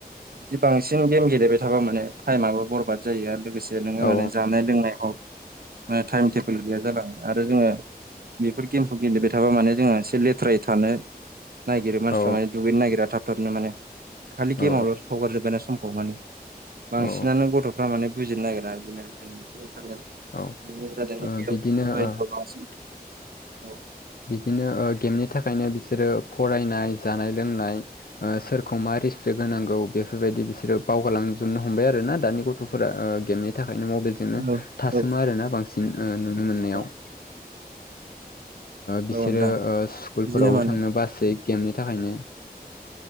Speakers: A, on the right; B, on the left.
A: बिदि बांसिन गेम गेलेबाय थाबा माने टाइमआबो बरबाद जायो आरो लोगोसे नोङो
B: औ
A: माने जानाय लोंनायावे टाइम टेबोल गैया जालांड़ो आरो जोङो बेफोर गेमखौ गेलेबाय थाबा माने जोङो एसे लेथ्रायै थानो नायागिरो मानसिफ्रा
B: औ
A: माने दुगैनो नागिरा थाब थाबनो माने खालि
B: औ
A: गेमावलो हगार जोब्बायना समखौ माने बांसिनानो
B: औ
A: गथ'फ्रा माने बिजिनो नागिरा आरोखि ना नोंथां
B: औ
A: बिबायदानो
B: ओ बिदिनो ओ
A: बांसिन औ
B: बिदिनो गेमनि थाखायनो बिसोरो फरायनाय जानाय लोंनाय सोरखौ मा रिसपेक्ट होनांगौ बेफोरबायदि बिसोरो बावगारलांजोबनो हमबाय आरो ना दानि गथ' गथ'फोरा गेमनि थाखायनो मबाइलजोंनो
A: औ
B: थासोमो
A: औ
B: आरोना बांसिन नुनो मोननायाव
A: औ
B: बिसोरो
A: औ नोंथां
B: स्कुलफोरावबो
A: बिदिनो माने
B: थांनो बासै गेमनि थाखायनो